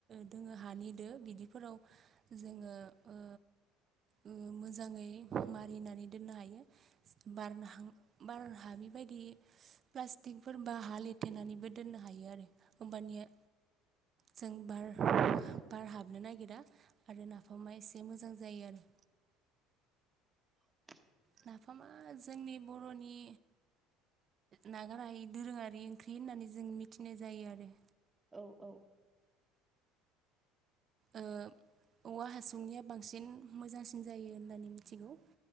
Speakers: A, on the right; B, on the right.
A: दोङो हानि दो बिदिफोराव जोङो ओ ओ मोजाङै मारिनानै दोननो हायो बारनो हां बार हाबि बायदि प्लास्टिकफोर बा हा लेथेनानैबो दोननो हायो आरो। होम्बानिया जों बार बार हाबनो नागिरा। आरो नाफामा एसे मोजां जायो आरो।
B: <inaudible>
A: नाफामा जोंनि बर'नि नागारहायि दोरोङारि ओंख्रि होननानै जों मिथिनाय जायो आरो।
B: औ औ।
A: ओ औवा हासुंनिया बांसिन मोजांसिन जायो होननानै मिथिगौ।